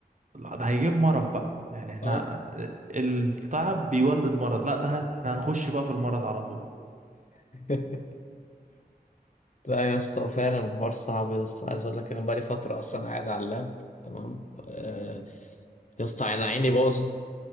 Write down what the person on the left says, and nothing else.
اه
<laughs> لا يا اسطى فعلا الحوار صعب يا اسطى عايز اقول لك انا بقالي فتره اصلا قاعد على اللاب تمام آه، يا اسطى انا عيني باظت